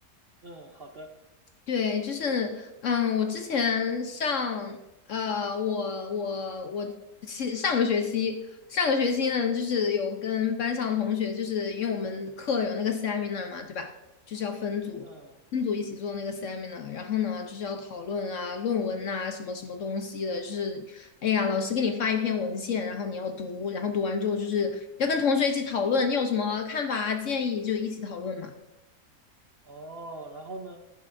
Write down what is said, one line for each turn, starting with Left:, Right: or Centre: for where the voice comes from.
Right: 嗯，好的，
Left: 对，就是，嗯，我之前上，呃，我我我其上个学期，上个学期呢，就是有跟班上同学，就是因为我们课有那个 seminar 嘛，对吧？就是要分组，
Right: 嗯，
Left: 分组一起做那个 seminar，然后呢，就是要讨论啊、论文呐、什么什么东西的，就是，哎呀，老师给你发一篇文献，然后你要读，然后读完之后就是要跟同学一起讨论，你有什么看法啊、建议就一起讨论嘛。
Right: 哦，然后呢？